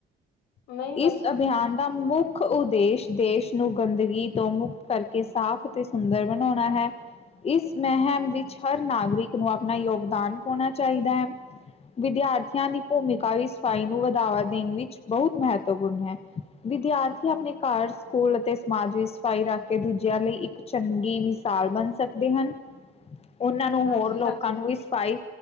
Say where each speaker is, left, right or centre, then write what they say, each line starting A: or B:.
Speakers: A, on the left; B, on the left.
A: ਨਹੀਂ ਬਸ
B: ਇਸ ਅਭਿਆਨ ਦਾ ਮੁੱਖ ਮੁੱਖ ਉਦੇਸ਼ -ਦੇਸ਼ ਨੂੰ, ਗੰਦਗੀ ਤੋਂ, ਮੁਕਤ ਕਰਕੇ ਸਾਫ਼ ਅਤੇ ਸੁੰਦਰ ਬਣਾਉਣਾ ਹੈ ਇਸ ਮਹਿਮ ਵਿੱਚ ਹਰ ਨਾਗਰਿਕ ਨੂੰ ਆਪਣਾ ਯੋਗਦਾਨ ਪਾਉਣਾ ਚਾਹੀਦਾ ਹੈ। ਵਿਦਿਆਰਥੀਆਂ ਦੀ, ਭੂਮਿਕਾ ਵੀ, ਸਫਾਈ ਨੂੰ ਵਧਾਵਾ ਦੇਣ ਵਿੱਚ ਬਹੁਤ ਮਹੱਤਵਪੂਰਨ ਹੈ ਵਿਦਿਆਰਥੀ ਆਪਣੇ ਘਰ ਸਕੂਲ ਅਤੇ ਸਮਾਜ ਵਿੱਚ ਸਫ਼ਾਈ ਰੱਖ ਕੇ ਦੂਜਿਆਂ ਲਈ ਇੱਕ ਚੰਗੀ ਮਿਸਾਲ ਬਣ ਸਕਦੇ ਹਨ, ਉਹਨਾਂ ਨੂੰ,
A: ਹਾਂਜੀ
B: ਹੋਰ ਲੋਕਾਂ
A: ਹਾਂਜੀ
B: ਨੂੰ ਸਫਾਈ